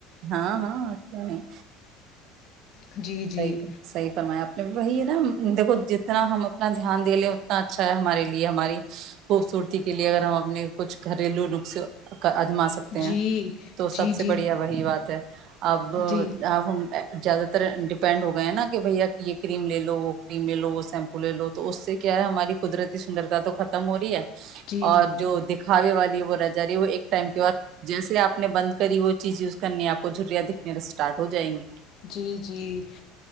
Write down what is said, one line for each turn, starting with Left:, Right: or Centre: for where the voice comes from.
Right: ہاں ہاں نہیں۔
Left: جی جی
Right: صحیح صحیح فرمایا آپ۔ وہی ہے نہ دیکھو جتنا ہم اپنا دھیان دے لیں اتنا اچھا ہے ہمارے لیے ہماری خوبصورتی کے لیے اگر ہم اپنے کچھ گھریلو نکسے ازما سکتے
Left: جی
Right: ہیں تو
Left: جی
Right: سب
Left: جی
Right: سے بڑھیا وہی بات ہے اب
Left: جی
Right: اب ہم ذیادہ ا <inaudible> ڈپینڈ ہو گئے نہ کہ بھیا یہ کریم لے لو وہ کریم لے لو وہ شیمپو لے لو تو اس سے کیا ہے ہماری قدرتی سندرتا تو ختم ہو رہی ہے
Left: جی
Right: اور جو دکھاوے والی یہ وہ ر <unintelligible> جاری وہ ایک ٹائم کے بعد جیسے نے بند کری وہ چیز یوز کرنی ہے آپ کو جریا دکھنے س اسٹارٹ ہو جائیں گے
Left: جی جی